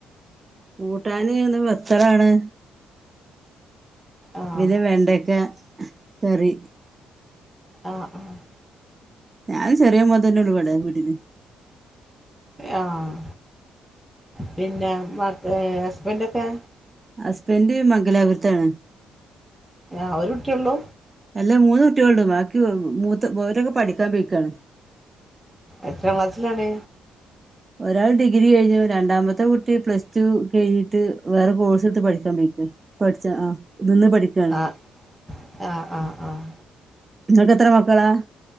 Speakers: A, on the right; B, in the centre.
A: കൂട്ടാന് ഇന്ന് വത്തറാണ്
B: ആഹ്
A: പിന്നെ വെണ്ടക്ക കറി
B: ആഹ് ആഹ്
A: ഞാനും ചെറിയ മോൻതന്നെ ള്ളൂ വിടെ വീട്ടില്
B: ആഹ് പിന്നെ മ ഹസ്ബൻഡൊക്കെ
A: ഹസ്ബൻഡ് മംഗലാപുരത്താണ്
B: ആഹ് ഒരൂട്ടിയൊള്ളൂ
A: അല്ല മൂന്ന് കുട്ടികളുണ്ട് ബാക്കി മൂത്ത ഓരൊക്കെ പഠിക്കാൻ പോയിക്കാണ്
B: എത്രാം ക്ലാസ്സിലാണ്
A: ഒരാൾ ഡിഗ്രി കഴിഞ്ഞു രണ്ടാമത്തെ കുട്ടി പ്ലസ് ടു കഴിഞ്ഞിട്ട് വേറെ കോഴ്സെടുത്ത് പഠിച്ചോണ്ടിരിക്കാ പഠിച്ച് ആഹ് ഇതിന്ന് പഠിക്കാണ്
B: ആഹ് ആഹ് ആഹ് ആഹ്
A: നിങ്ങൾക്കെത്ര മക്കളാ